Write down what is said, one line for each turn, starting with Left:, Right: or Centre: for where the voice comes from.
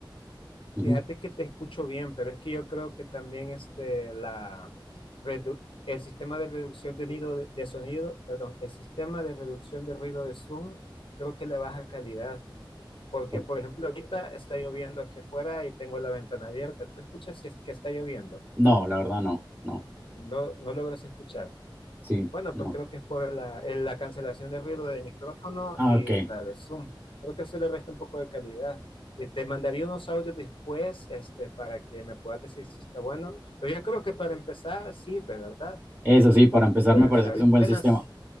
Right: Ujú.
Left: Fíjate que te escucho bien, pero es que yo creo que también este, la, redu- el sistema de reducción de, nido de, de sonido, perdón, el sistema de reducción de ruido de Zoom, creo que le baja calidad, fíjate. Porque,
Right: Ok.
Left: por ejemplo, ahorita está lloviendo aquí afuera y tengo la ventana abierta. ¿Tú escuchas si es que está lloviendo?
Right: No, la verdad no, no,
Left: No, no logras escuchar.
Right: sí.
Left: Bueno,
Right: no.
Left: pues creo que es por la, eh, la cancelación de ruido del micrófono
Right: Ah,
Left: y
Right: ok.
Left: la de Zoom. Creo que eso le resta un poco de calidad. Eh, te mandaría unos audios después, este, para que me puedas decir si está bueno. Pero yo creo que para empezar sirve, ¿verdad?
Right: Eso sí, para
Left: Porque
Right: empezar
Left: pues
Right: me parece
Left: apenas,
Right: que es un buen sistema.